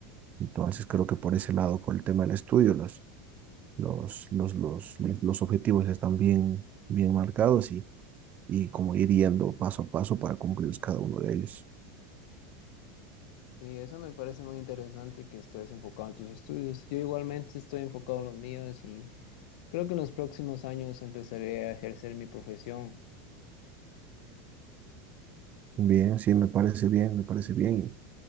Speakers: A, on the right (about 35°); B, on the left (about 70°).
A: Entonces creo que por ese lado, por el tema del estudio, los, los, los, los, los, los objetivos están bien, bien marcados y, y como ir yendo paso a paso para cumplir cada uno de ellos.
B: Y eso me parece muy interesante que estés enfocado en tus estudios. Yo igualmente estoy enfocado en los míos y creo que en los próximos años empezaré a ejercer mi profesión.
A: Bien, sí, me parece bien, me parece bien.